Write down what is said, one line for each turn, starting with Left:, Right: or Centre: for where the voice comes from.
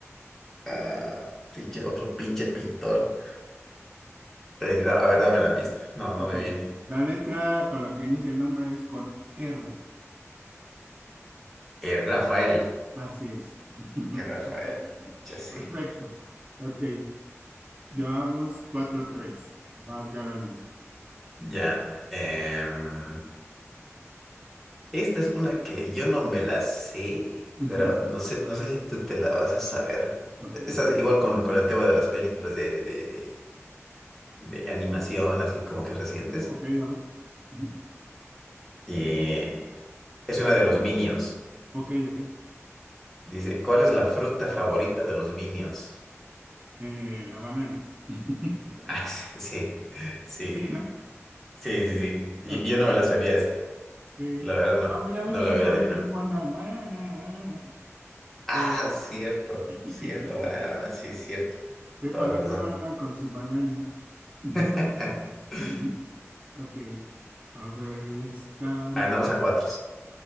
Centre: ah, pinche, otro
Right: Eh, no.
Centre: pinche pintor. Eh, da- a ver, dame la pista. No, no
Right: Ok.
Centre: me viene.
Right: La letra con la que inicia el nombre es con R.
Centre: Eh, Rafael.
Right: Así es. <laughs>
Centre: Rafael, ya sí.
Right: Perfecto. Ok. Llevamos cuatro tres, Vas ganando.
Centre: Ya. em, esta es una que yo no me la sé,
Right: Ujú.
Centre: pero no sé, no sé si tú te la vas a saber.
Right: Ok.
Centre: Estás igual con, con el tema de las películas de, de, de, de animación, así como que recientes.
Right: Ok, a ver. Ujú.
Centre: Y es una de los Minions.
Right: Ok, ok.
Centre: Dice, ¿cuál es la fruta favorita de los Minions? <laughs>
Right: Eh, la banana. <laughs>
Centre: Ah, sí, sí, sí,
Right: Sí, ¿no?
Centre: sí, sí. Yo,
Right: Ok,
Centre: yo no me la sabía esta.
Right: sí.
Centre: La verdad no,
Right: No, pues ya ves
Centre: no
Right: que
Centre: la hubiera
Right: todo
Centre: adivinado.
Right: el tiempo andan banana, banana.
Centre: Ah,
Right: Sí,
Centre: cierto,
Right: <laughs>
Centre: cierto, banana, banana, sí, cierto.
Right: sí,
Centre: Toda
Right: para
Centre: la razón.
Right: todo andan con su banana. <clears throat> Mm,
Centre: <laughs>
Right: Sí, <laughs> ok. A ver, esta.
Centre: Ganamos a cuatro.